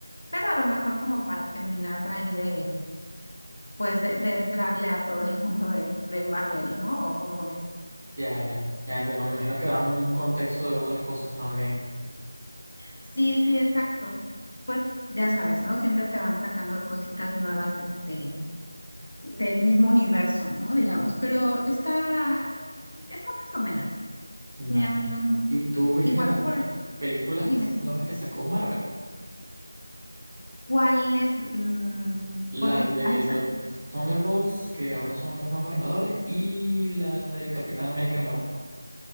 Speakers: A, on the left; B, on the right.
A: pero a lo mejor como para terminar de ahí de, pues de, de entrarle a todo el mundo de, de Marvel, ¿no? O como ves.
B: Ya, ya, ya entiendo, me imagino que dan un contexto de otras cosas también.
A: Sí, sí, exacto. Pues ya sabes, ¿no? Siempre te van sacando cositas nuevas, este, del mismo universo, ¿no? Digamos, pero está, está más o menos.
B: Vale.
A: Em,
B: ¿Y tú viste
A: igual
B: las
A: por,
B: películas
A: dime,
B: nuevas que sacó Marvel?
A: ¿cuáles? mm,
B: La
A: porque
B: de
A: hay
B: los
A: sac-
B: Thunderbolts, que ahora son los nuevos Vengadores, y la del Capitán América nuevo.